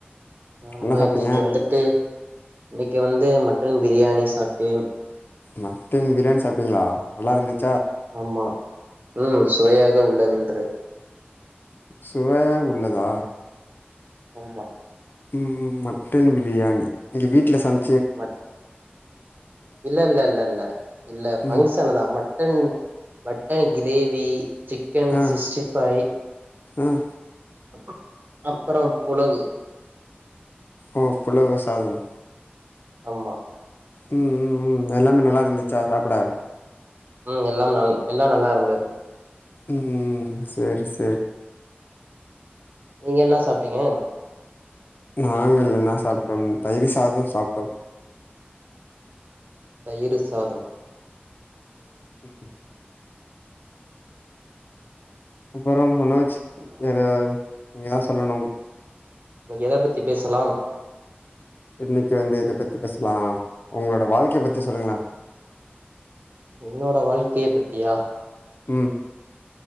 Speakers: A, on the right; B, on the left.
A: நம்பா
B: என்ன சாப்ட்டீங்க
A: இன்னிக்கு வந்துட்டு இன்னிக்கு வந்து மட்டன் பிரியாணி சாப்பிட்டேன்
B: மட்டன் பிரியாணி சாப்டீங்களா நல்லா இருந்துச்
A: ஆமா ம் சுவையாக உள்ளவது இன்றே
B: சுவையாக உள்ளதா
A: அம்மா
B: ம் ம் மட்டன் பிரியாணி இங்க வீட்ல சம
A: மட் இல்ல இல்ல இல்ல இல்ல இல்ல
B: ம்
A: பங்க்ஷன்தா மட் மட்டன் கிரேவி சிக்கன்
B: ஆ
A: சிஸ்டி ஃபை
B: ஆ
A: அப் அப்புறோ புலவு
B: ஓ புலவு சாதம்
A: அம்மா
B: ம் ம் ம் எல்லாமே நல்லா இருந்துச்சா
A: ம்
B: சாப்பிட
A: ம் எல்லாம் நல் எல்லாம் நல்லா இருந்தது
B: ம் ம் சேரி சேர்
A: நீங்க என்ன சாப்பிட்டீங்க
B: நாங்கள் என்ன சாப்ட்டோம் தயிர் சாதம் சாப்ட்டோம்
A: தயிரு சாதம்
B: ம் ம் அப்புறம் மனோஜ் வேற நீங்கதான் சொல்லனும்
A: இன்னைக்கு எதை பத்தி பேசலாம்
B: இன்னைக்கு வந்து எத பத்தி பேசலாம் உங்களோட வாழ்க்கையை
A: ம்
B: பத்தி சொல்லுங்களேன்
A: என்னோட வாழ்க்கையை பத்தியா
B: ம்